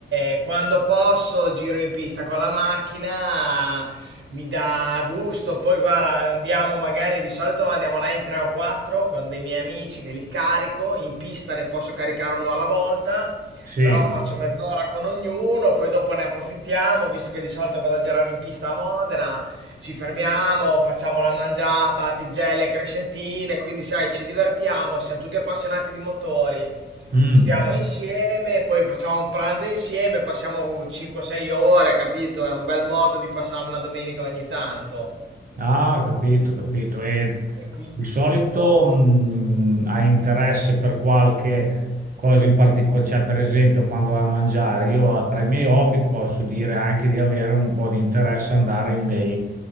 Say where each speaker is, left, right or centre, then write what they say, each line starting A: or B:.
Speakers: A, on the right (about 85°); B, on the right (about 45°).
A: e Quando posso giro in pista con la macchina, mi dà gusto. Poi guarda, andiamo magari di solito andiamo là in tre o quattro con dei miei amici che li carico, in pista ne posso caricare uno alla volta
B: sì.
A: però faccio mezz'ora con ognuno, poi dopo ne approfittiamo, visto che di solito vado a girare in pista a Modena, ci fermiamo, facciamo la mangiata, tigelle, crescentine, quindi sai, ci divertiamo, siamo tutti appassionati di motori,
B: Mm.
A: stiamo insieme, poi facciamo un pranzo insieme, passiamo 5-6 ore, capito? È un bel modo di passare una domenica ogni tanto.
B: Ah, ho capito, ho capito. E
A: E quindi,
B: di solito
A: mo, mo-
B: mh, hai interesse per qualche cosa in particolare, cioè per esempio quando vai a mangiare, io tra i miei hobby posso dire anche di avere un po' di interesse ad andare in dei